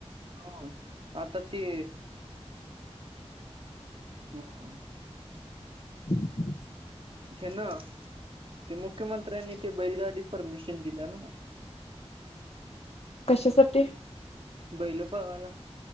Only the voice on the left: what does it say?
ह <inaudible>
कशासाठी.